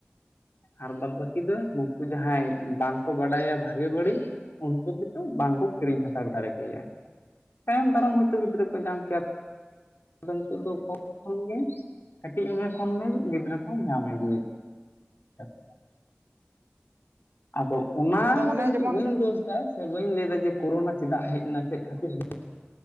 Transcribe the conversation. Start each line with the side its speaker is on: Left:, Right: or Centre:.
Left: ᱟᱨ ᱵᱟᱫ ᱵᱟᱹᱠᱤ ᱫᱚ ᱩᱱᱠᱩ ᱡᱟᱦᱟᱸᱭ ᱵᱟᱝᱠᱚ ᱵᱟᱰᱟᱭᱟ ᱵᱷᱟᱜᱤ ᱵᱟᱹᱲᱤᱡ ᱩᱱᱠᱩ ᱜᱮᱛᱚ ᱵᱟᱝᱠᱚ ᱠᱤᱨᱤᱧ ᱦᱟᱛᱟᱲ ᱫᱟᱲᱮ ᱠᱮᱭᱟ, ᱛᱟᱭᱚᱢ ᱫᱟᱨᱟᱢ ᱦᱚᱭᱛᱚ ᱜᱤᱫᱽᱨᱟᱹ ᱠᱚ ᱧᱟᱢ ᱠᱮᱭᱟ ᱟᱫᱚ ᱱᱤᱛᱚᱜ ᱫᱚ ᱠᱚᱢ <unintelligible> ᱠᱷᱚᱱ ᱜᱮ ᱠᱟᱹᱴᱤᱡ ᱩᱢᱮᱨ ᱠᱷᱚᱱ ᱜᱮ ᱜᱤᱫᱽᱨᱟᱹ ᱠᱚ ᱧᱟᱢ ᱤᱫᱤᱭᱟ <unintelligible> ᱟᱫᱚ ᱚᱱᱟ
Right: ᱟᱫᱚ ᱚᱱᱮ
Left: ᱫᱚ ᱤᱧ
Right: ᱡᱮᱢᱚᱱ
Left: ᱫᱚ ᱵᱟᱹᱧ ᱫᱳᱥ ᱫᱟ ᱥᱮ ᱵᱟᱹᱧ ᱞᱟᱹᱭ. ᱫᱟ ᱡᱮ ᱠᱳᱨᱳᱱᱟ ᱪᱮᱫᱟᱜ ᱦᱮᱡ ᱮᱱᱟ, ᱪᱮᱫ ᱠᱷᱟᱹᱛᱤᱨ ᱦᱮ